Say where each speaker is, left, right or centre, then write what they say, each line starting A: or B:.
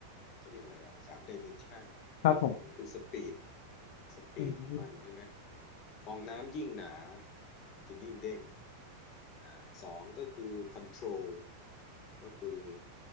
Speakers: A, on the left; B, on the left.
A: เขาเรียกอะไรอ่ะสามดิเมนชันอ่ะหนึ่งคือสปีด
B: ครับผม
A: สปีดของมันใช่ไหม
B: อืม
A: ฟองน้ำยิ่งหนามันจะยิ่งเด้งอ่าสองก็คือคอนโทรลก็คือ